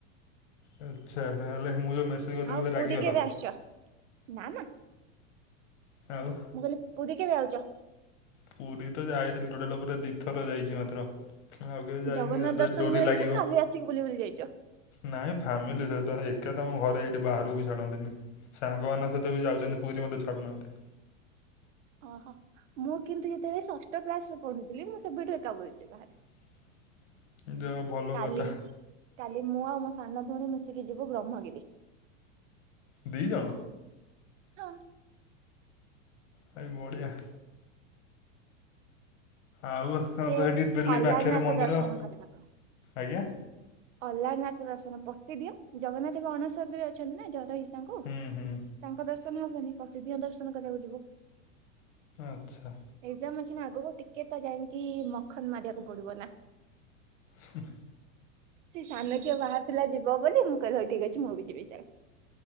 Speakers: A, on the left; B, on the right.
A: ଆଚ୍ଛା- ଜା ହେଲେ ମୁଁ ଯେଉଁ ମେସେଜ୍ କରିଥିଲି
B: ଆଉ
A: ବୋଧେ
B: ପୁରୀ
A: ରାଗିଗଲ?
B: କେବେ ଆସିଛ? ନା ନା।
A: ଆଉ
B: ମୁଁ କହିଲି, ପୁରୀ କେବେ ଆଉଚ?
A: ପୁରୀତ ଯାଇଥିଲି ଟୋଟାଲେ ଉପରେ ଦିଥର ଯାଇଚି ମାତ୍ର। ଆଉ କେବେ ଯାଇନି,
B: ଜଗନ୍ନାଥ
A: ଯେବେ
B: ଦର୍ଶନ
A: ଡୋରି
B: ମିଳୁଛି
A: ଲାଗିବ।
B: ନା ଖାଲି ଆସିକି ବୁଲି ବୁଲି ଯାଇଛ?
A: ନାଇଁ ଫ୍ୟାମିଲି ସହିତ, ଏକାତ ଆମ ଘରେ ଏଇଠି ବାହାରକୁ ଛାଡ଼ନ୍ତିନି। ସାଙ୍ଗମାନଙ୍କ ସହିତବି ଯାଉଚନ୍ତି ପୁରୀ ମତେ ଛଡ଼ୁନାହାନ୍ତି।
B: ଅହ, ମୁଁ କିନ୍ତୁ ଯେତେବେଳେ ଷଷ୍ଠ କ୍ଲାସରେ ପଢୁଥିଲି, ମୁଁ ସେବେଠୁ ଏକା ପଲେଇଚି ବାହାରେ।
A: <inaudible> ହଉ ଭଲ
B: କାଲି,
A: କଥା
B: କାଲି ମୁଁ ଆଉ ମୋ ସାନ ଭଉଣୀ ମିଶିକି ଯିବୁ ବ୍ରହ୍ମଗିରି।
A: ଦି ଜଣ?
B: ହଁ।
A: ଭାଇ ବଢ଼ିଆ ଆଉ? ତମରତ
B: ସେ
A: ହେଟି ଡେଲି
B: ଅଲାରନାଥ
A: ପାଖରେ ମନ୍ଦିର,
B: ଦର୍ଶନ କରିବାକୁ।
A: ଆଜ୍ଞା।
B: ଅଲାରନାଥ ଦର୍ଶନ ପଟି ଦିଅ, ଜଗନ୍ନାଥଙ୍କ ଅଣସରୀରେ ଅଛନ୍ତିନା ଜର ହେଇ ତାଙ୍କୁ
A: ହୁଁ
B: ତାଙ୍କ
A: ହୁଁ।
B: ଦର୍ଶନ ହବନି, କଟିଦିଅନ୍ ଦର୍ଶନ କରିବାକୁ ଯିବୁ।
A: ଆଚ୍ଛା।
B: ଏଗ୍ଜାମ୍ ଅଛିନା ଆଗକୁ, ଟିକେତ ଯାଇକି ମଖନ୍ ମାରିବାକୁ ପଡ଼ିବନା।
A: ହୁ
B: ସେ ସାନ ଝିଅ ବାହାର ଥିଲା ଯିବ ବୋଲି ମୁଁ କିହିଲି ହଉ ଠିକ୍ ଅଛି ମୁଁ ବି ଯିବି ଚାଲ।